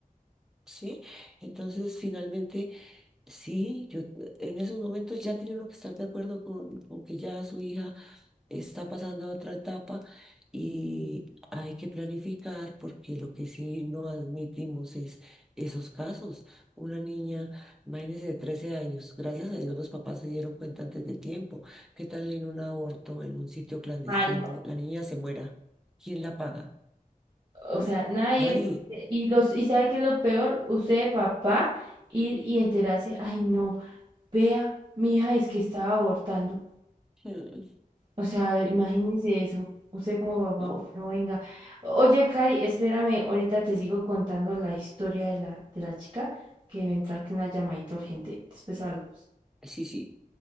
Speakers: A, in the centre; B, on the right.
A: ¿Sí? Entonces, finalmente, sí, yo en esos momentos ya tiene uno que estar de acuerdo con, con que ya su hija está pasando a otra etapa y hay que planificar porque lo que sí no admitimos es esos casos. Una niña, imagínese, de 13 años, gracias a Dios los papás se dieron cuenta antes de tiempo. ¿Qué tal en un aborto, en un sitio clandestino,
B: Mal.
A: la niña se muera? ¿Quién la paga?
B: O
A: ¿Mm?
B: sea, nadie,
A: Nadie. <laughs>
B: y los, y sabe qué es lo peor, usted de papá ir y enterarse, ay no, vea, mi hija es que estaba abortando.
A: Mm,
B: O sea, imagínese eso. Usted como papá,
A: no.
B: "Uy, no venga. O- Oye, Cari, espérame, ahorita te sigo contando la historia de la, de la chica, que me entra aquí una llamadita urgente. Después hablamos.
A: Sí, sí.